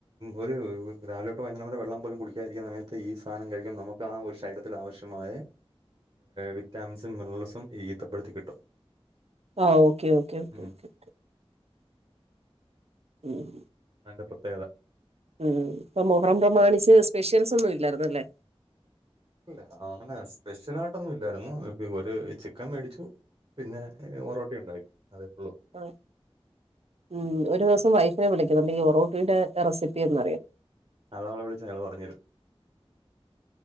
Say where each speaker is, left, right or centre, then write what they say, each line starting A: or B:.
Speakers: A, on the right; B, on the right.
A: ഒരു രാവിലോട്ട് വൈനേരം നമ്മുടെ വെള്ളം പോലും കുടിക്കാതിരിക്കുന്ന സമത്ത് ഈ സാധനം കഴിക്കാൻ നമുക്ക് ആ ഒരു ശരീരത്തിൽ ആവശ്യമായ വിറ്റാമിൻസും മിനറൽസും ഈ ഈത്തപ്പഴത്തി കിട്ടും
B: ആ ഓക്കേ ഓക്കേ
A: ഉം
B: ഓക്കെ ഉം
A: അയിന്റെ പ്രത്യേകത
B: ഉം ഇപ്പം മൊഹറം പ്രമാണിച്ച് സ്പെഷ്യൽസ് ഒന്നും ഇല്ലായിരുന്നല്ലേ
A: ല്ലെ അങ്ങനെ സ്പെഷ്യല ആയിട്ടൊന്നും ഇല്ലായിരുന്നു ഒരു ചിക്കൻ മേടിച്ചു പിന്നെ ഒറോട്ടി ഉണ്ടാക്കി അതേ ഉള്ളൂ
B: ആ ഉം ഒരു ദിവസം വൈഫിനെ വിളിക്കുന്നുണ്ട് ഈ ഒറോട്ടീടെ റെസിപ്പി ഒന്നറിയാം
A: അവളെ വിളിച്ചാ അവള് പറഞ്ഞ് തരും